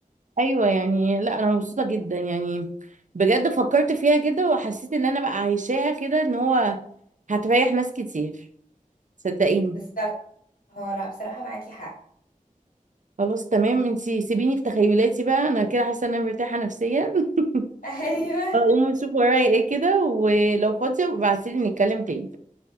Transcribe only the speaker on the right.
ايوه يعني لا انا مبسوطه جدا يعني بجد فكرت فيها كده وحسيت ان انا بقى عايشاها كده ان هو هتريح ناس كتير صدقيني
خلاص تمام انتي سيبيني في تخيلاتي بقى انا كده حاسه ان انا مرتاحه نفسيا <laughs>
اقوم اشوف ورايا ايه كده ولو فاضيه ابعتيلي نتكلم تاني